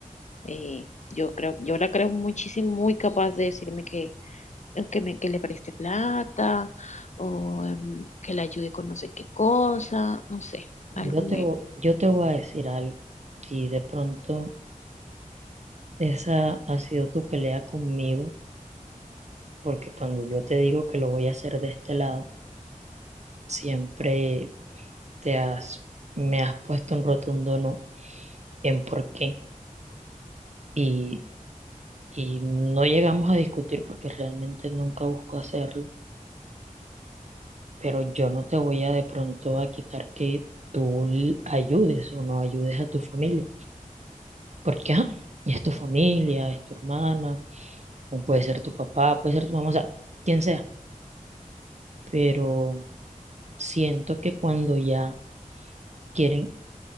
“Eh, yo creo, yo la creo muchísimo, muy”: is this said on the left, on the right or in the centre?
Left